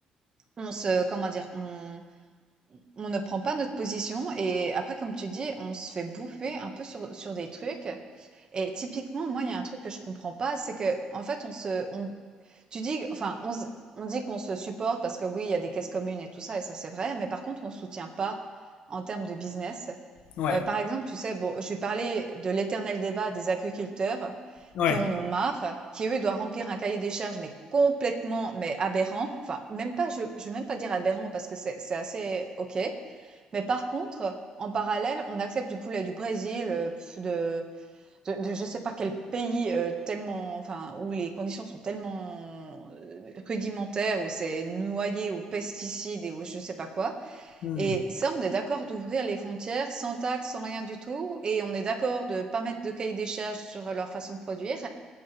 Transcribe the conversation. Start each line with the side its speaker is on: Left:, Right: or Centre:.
Right: on se comment dire? On on ne prend pas notre position et après, comme tu dis, on se fait bouffer un peu sur sur des trucs et typiquement, moi, il y a un truc que je comprends pas, c'est que en fait, on se on tu dis enfin, on se on dit qu'on se supporte parce que oui, il y a des caisses communes et tout ça et ça, c'est vrai, mais par contre, on soutient pas en termes de business.
Left: ouais,
Right: Heu, par exemple, tu sais, bon, je vais parler de l'éternel débat des agriculteurs
Left: ouais.
Right: qui en ont marre, qui, eux, doivent remplir un cahier des charges, mais complètement, mais aberrant. Enfin, même pas, je je vais même pas dire aberrant parce que c'est c'est assez OK. Mais par contre, en parallèle, on accepte du poulet du Brésil, heu, pff, de de de je sais pas quel pays, heu, tellement enfin, où les conditions sont tellement, heu, rudimentaires, où c'est noyé aux pesticides et aux je sais pas quoi.
Left: Hmm.
Right: Et ça, on est d'accord d'ouvrir les frontières sans taxe, sans rien du tout, et on est d'accord de pas mettre de cahier des charges sur leur façon de produire.